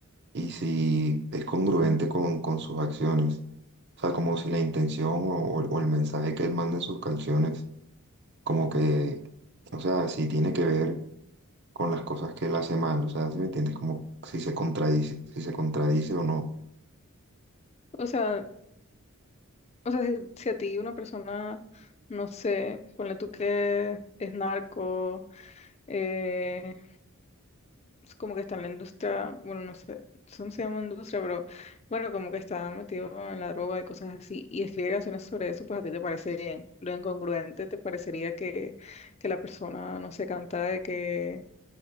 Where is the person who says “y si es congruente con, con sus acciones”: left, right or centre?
Right